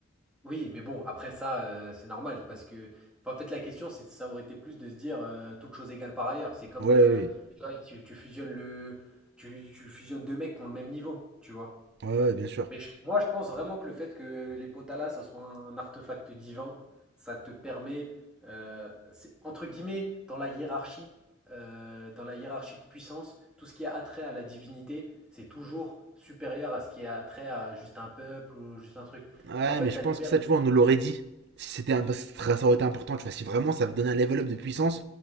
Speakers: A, in the centre; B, on the right.
A: Oui, mais bon, après ça, heu, c'est normal parce que enfin, en fait, la question, c'est ça aurait été plus de se dire, heu, toutes choses égales par ailleurs. C'est comme,
B: Ouais,
A: heu,
B: ouais,
A: tu vois, tu tu fusionnes le tu tu fusionnes 2 mecs qui ont le même niveau, tu vois?
B: ouais, Ouais, ouais, bien sûr.
A: Mais je moi, je pense vraiment que le fait que les Potala, ça soit un artefact divin, ça te permet, heu, c'est entre guillemets, dans la hiérarchie, heu, dans la hiérarchie de puissance, tout ce qui a attrait à la divinité, c'est toujours supérieur à ce qui a attrait à juste un peuple ou juste un truc.
B: Ouais,
A: Donc en fait,
B: mais je
A: ça
B: pense
A: libère
B: que ça, tu vois, on nous l'aurait dit. Si c'était un... parce que ça aurait été important, tu vois, si vraiment ça donnait un level up de puissance,